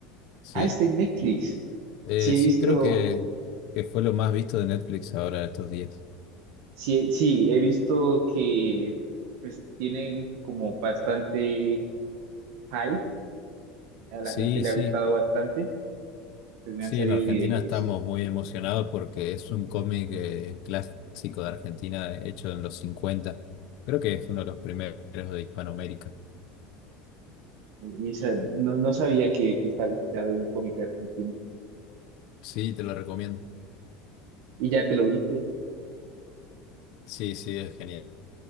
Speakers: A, on the left; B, on the right.
A: Sí,
B: Ah, está en Netflix.
A: Eh,
B: Sí he
A: sí,
B: visto,
A: creo que, que fue lo más visto de Netflix ahora estos días.
B: sí, sí, he visto que pues tienen como bastante hype. A la
A: Sí,
B: gente le
A: sí,
B: ha gustado bastante. Pues me
A: sí,
B: han salido
A: en Argentina
B: videitos.
A: estamos muy emocionados porque es un cómic eh, clásico de Argentina hecho en los 50. Creo que es uno de los primeros de Hispanoamérica.
B: Y esa, no, no sabía que, que estaba inspirado en un cómic argentino.
A: Sí, te lo recomiendo.
B: Y ya te lo viste.
A: Sí, sí, es genial.